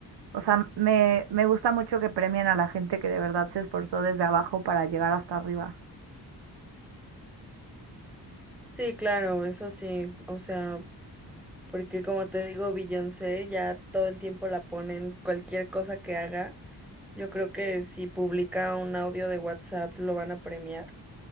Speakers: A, on the right (about 85°); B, in the centre.
A: o sea, me, me gusta mucho que premien a la gente que de verdad se esforzó desde abajo para llegar hasta arriba.
B: Sí, claro, eso sí, o sea, porque como te digo, Beyoncé ya todo el tiempo la ponen cualquier cosa que haga. Yo creo que si publica un audio de WhatsApp lo van a premiar.